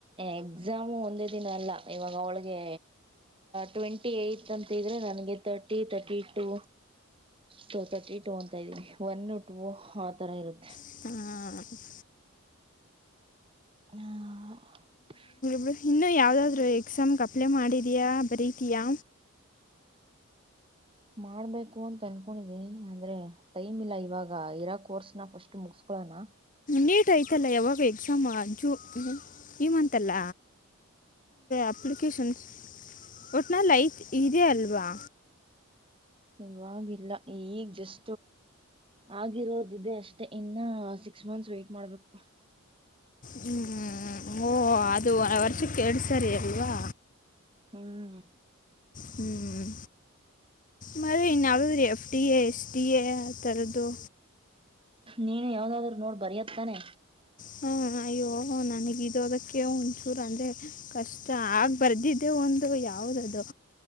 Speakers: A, on the right (about 25°); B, on the left (about 35°).
A: ಎಕ್ಸಾಮು ಒಂದೇ ದಿನ ಅಲ್ಲ ಇವಾಗ ಅವಳಿಗೆ ಟ್ವೆಂಟಿ ಏತ್ ಅಂತ ನನ್ಗೆ thirty thirty two to thirty two ಅಂತ ಇದ್ದೀನಿ ಒನ್ ಆ ತರ ಇರುತ್ತೆ
B: ಹೋಗ್ಲಿಬಿಡು
A: ಹ್ಮ
B: ಬಿ ಇನ್ನು ಯಾವ್ದಾದ್ರು ಎಕ್ಸಾಮ್ಗೆ ಕಪ್ಲಲೆ ಮಾಡಿದ್ಯಾ ಬರತಯಾ
A: ಮಾಡ್ಬೇಕು ಅಂತ ಅನ್ಕೊಂಡಿದಿ ಅಂದ್ರೆ ಟೈಮ್ ಇಲ್ಲ ಇವಾಗ ಇರಾ ಕೋರ್ಸ್ನ ಫಸ್ಟ್ ಮುಗಸ್ಕೊಳೋನಾ
B: ನೀಟ್ ಆಯ್ತಲ್ಲ ಯಾವಾಗ ಎಕ್ಸಾಮ ಜ ಇಂತಂತಲ್ಲ ಎಪ್ಲಿಕೇಶನ್ ಒಟ್ನ ಲಐಟ್ ಇದೆ ಅಲ್ವಾ
A: ಇವವಾಗಿಲ್ಲ ಈಗ್ ಜಸ್ ಆಗಿರೋದ್ದೆ ಅಷ್ಟೆ ಇನ್ನ ಸಿಕ್ಸ್ ಮಂತ್ಸ್ ವೈ್ಟಟ್ ಮಾಡ್ಬೇಕು
B: ಹ್ಮ್ ಓ ಅದು ವರ್ಷಕ್ಕೆೇಳ್ಸರಿ ಅಲ್ವಾ
A: ಹ್ಮ್
B: ಹ್ಮ್ ಮ ಇನ್ನಡ ರೀ F T A S T A ಥರದ್ದು
A: ನೀನು ಯಾವ್ದಾದ್ರರು ನೋಡ್ ಬರಿತ್ತತಾನೆ
B: ಹಾ ಅಯ್ಯೋ ನನಗ ಇ ಅದಕ್ಕೆ ಒಂಚೂರು ಅಂದ್ರೆ ಕಷ್ಟ ಆಗ ಬರ್ದಿದ್ದೆ ಒಂದು ಯಾವ್ದದು